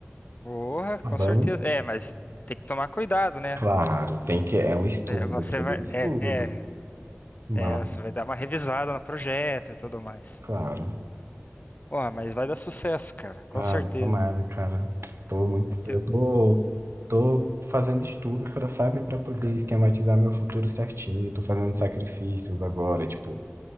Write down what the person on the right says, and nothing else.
tá bom.
Claro, tem que, é um estudo,
é todo
um estudo,
mas,
claro.
Ai,
tomara, cara. Tô muito,
eu tô, tô fazendo estudo para, sabe, para poder esquematizar meu futuro certinho. Tô fazendo sacrifícios agora, tipo,